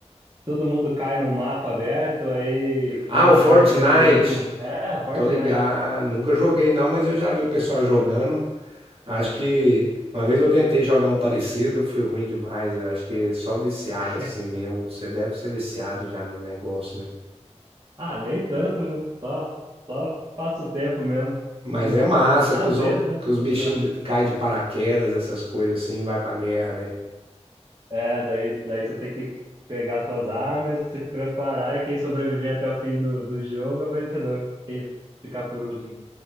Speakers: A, on the right (about 35°); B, on the right (about 55°).
A: todo mundo cai num mapa aberto, aí
B: Ah,
A: quem
B: o
A: sobreviver
B: Fortnite.
A: por último. É, Fortnite.
B: Tô ligado. Nunca joguei não, mas eu já vi o pessoal jogando.
A: É.
B: Acho que uma vez eu tentei jogar um parecido, fui ruim demais. Acho que só viciado
A: <laughs>
B: assim mesmo. Você deve ser viciado já no negócio, né?
A: Ah, nem tanto, viu? Só, só passa o tempo mesmo.
B: Mas
A: No...
B: é massa
A: Às
B: que os,
A: vezes, né?
B: que os bichinhos
A: É,
B: caem de paraquedas, essas coisas assim, e vai pra guerra, né?
A: É, daí, daí você tem que pegar suas armas, se preparar e quem sobreviver até o fim do, do jogo é o vencedor. Quem ficar por último.